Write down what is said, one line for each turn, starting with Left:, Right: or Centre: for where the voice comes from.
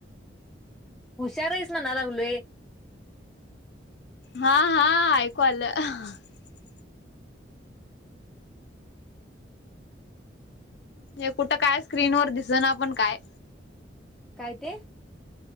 Centre: हुशार हैस म्हणा लागलोय.
Left: हां-हां ऐकू आलं. <unintelligible> हे कुटं काय स्क्रीनवर दिसना पण काय.
Centre: काय ते?